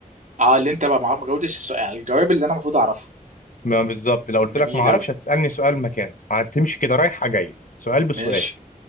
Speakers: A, on the right; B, on the left.
A: اه اللي انت بقى ما ما جاوبتش السؤال يعني الجواب اللي انا المفروض اعرفه
B: ما بالظبط لو قلت
A: جميل
B: لك ما اعرفش
A: قوي
B: هتسالني سؤال مكانه هتمشي كده رايحه جايه سؤال بسؤال
A: ماشي